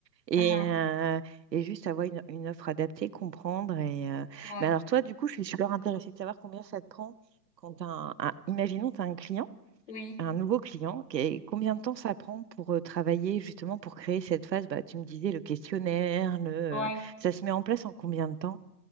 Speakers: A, on the right; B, on the left.
A: Et,
B: Uh-huh.
A: euh, et juste avoir une, une offre adaptée, comprendre. Et, euh,
B: ouais
A: Mais alors, toi, du coup, je suis super intéressée de savoir combien ça te prend quand t'as un, un... imaginons, tu as un client
B: oui
A: un nouveau client, qu'est- combien de temps ça prend pour euh, travailler justement pour créer cette phase? Bah, tu me disais le questionnaire, le... euh,
B: ouais
A: ça se met en place en combien de temps?